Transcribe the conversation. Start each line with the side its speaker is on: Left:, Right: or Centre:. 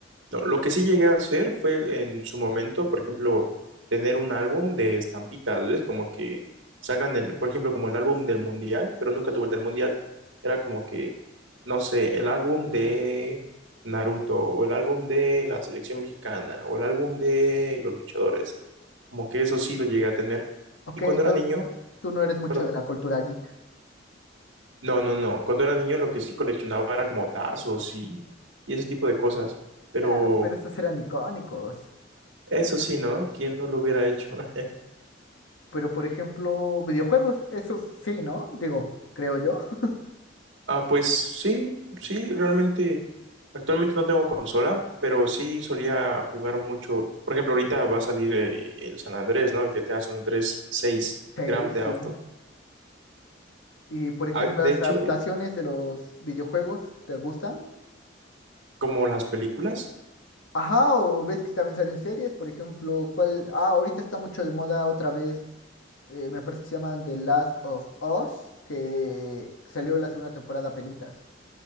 Right: no. Lo que sí llegué a hacer fue en su momento, por ejemplo, tener un álbum de estampitas, ¿ves? Como que sacan el, por ejemplo, como el álbum del mundial, pero nunca tuve el del mundial. Era como que, no sé, el álbum de Naruto, o el álbum de la selección mexicana, o el álbum de los luchadores. Como que eso sí lo llegué a tener.
Left: Ok,
Right: Y cuando
Left: entonces
Right: era niño,
Left: tú no eres mucho
Right: perdón.
Left: de la cultura geek.
Right: No, no, no. Cuando era niño lo que sí coleccionaba era como tazos y, y ese tipo de cosas. Pero
Left: Claro, pero esos eran icónicos.
Right: eso sí, ¿no? ¿Quién no lo hubiera hecho? <laughs>
Left: Pero por ejemplo, videojuegos, esos sí, ¿no? Digo, creo yo. <laughs>
Right: Ah, pues sí, sí, realmente actualmente no tengo consola, pero sí solía jugar mucho. Por ejemplo, ahorita va a salir eh, el San Andrés, ¿no? El GTA San Andrés 6
Left: Sí,
Right: Grand Theft
Left: sí.
Right: Auto.
Left: Y por ejemplo,
Right: Ah, de
Left: las
Right: hecho,
Left: adaptaciones
Right: eh,
Left: de los videojuegos, ¿te gustan?
Right: como las películas,
Left: Ajá, o ves que también salen series, por ejemplo, ¿cuál? Ah, ahorita está mucho de moda otra vez, eh, me parece que se llaman The Last of Us, que salió la segunda temporada penitas.